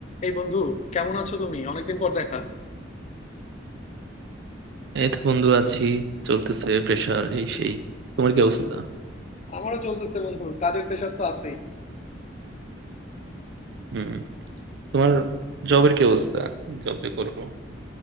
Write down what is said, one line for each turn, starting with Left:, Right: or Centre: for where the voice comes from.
Left: এই বন্ধু কেমন আছো তুমি অনেকদিন পর দেখা
Right: এই তো বন্ধু আছি চলতেছে প্রেশার এই সেই তোমার কি অবস্থা
Left: আমারও চলতেছে বন্ধু কাজের প্রেশার তো আছেই
Right: হুম তোমার জবের কি অবস্থা জব যে করো